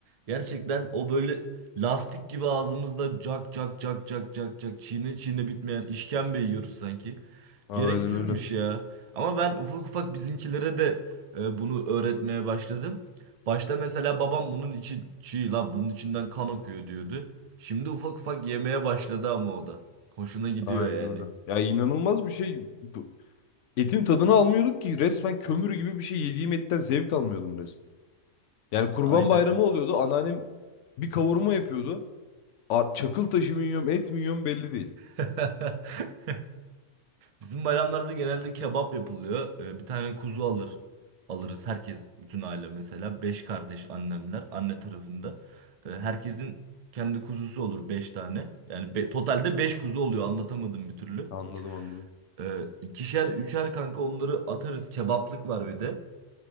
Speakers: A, on the right (about 70°); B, on the left (about 75°).
A: Gerçekten o böyle lastik gibi ağzımızda cak cak cak cak cak cak çiğne çiğne bitmeyen işkembe yiyoruz sanki.
B: Aynen
A: Gereksizmiş
B: öyle.
A: ya. Ama ben ufak ufak bizimkilere de e, bunu öğretmeye başladım. Başta mesela babam bunun içi çiğ lan bunun içinden kan akıyor diyordu. Şimdi ufak ufak yemeye başladı ama o da. Hoşuna gidiyor
B: Aynen
A: yani.
B: öyle. Ya inanılmaz bir şey. Bu- Etin tadını almıyorduk ki resmen kömür gibi bir şey yediğim etten zevk almıyordum resmen. Yani Kurban
A: Aynen.
B: Bayramı oluyordu. Anneannem bir kavurma yapıyordu. Ar- Çakıl taşı mı yiyorum, et mi yiyorum belli değil.
A: <laughs> Bizim bayramlarda genelde kebap yapılıyor. Ee, bir tane kuzu alır. Alırız herkes, bütün aile mesela. Beş kardeş annemler, anne tarafında. Ee, herkesin kendi kuzusu olur beş tane. Yani be- totalde beş kuzu oluyor anlatamadım bir türlü.
B: Anladım anladım.
A: Ee, ikişer, üçer kanka onları atarız. Kebaplık var bir de.